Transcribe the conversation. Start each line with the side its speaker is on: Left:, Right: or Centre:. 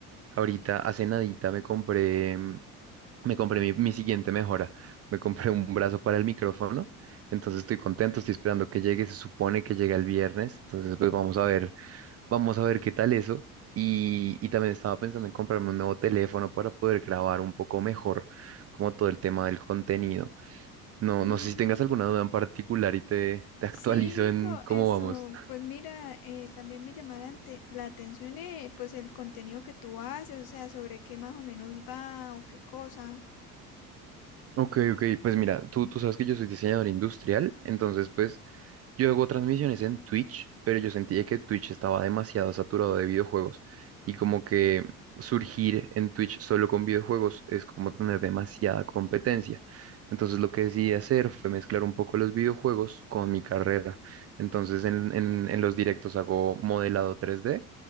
Right: ahorita hace nadita me compré, mm, me compré mi, mi siguiente mejora. Me compré un brazo para el micrófono, entonces estoy contento, estoy esperando que llegue, se supone que llega el viernes, entonces pues vamos a ver, vamos a ver qué tal eso. Y, y también estaba pensando en comprarme un nuevo teléfono para poder grabar un poco mejor como todo el tema del contenido. No,
Left: Mm,
Right: no sé si tengas alguna duda en particular y te, te actualizo
Left: sí, Nico,
Right: en cómo
Left: eso,
Right: vamos.
Left: pues mira, eh, también me llamó la, ante- la atención eh, pues el contenido que tú haces, o sea, sobre qué más o menos va o qué cosa.
Right: Ok, ok, pues mira, tú, tú sabes que yo soy diseñador industrial, entonces pues yo hago transmisiones en Twitch, pero yo sentía que Twitch estaba demasiado saturado de videojuegos y como que surgir en Twitch solo con videojuegos es como tener demasiada competencia. Entonces lo que decidí hacer fue mezclar un poco los videojuegos con mi carrera. Entonces en, en en los directos hago modelado tres d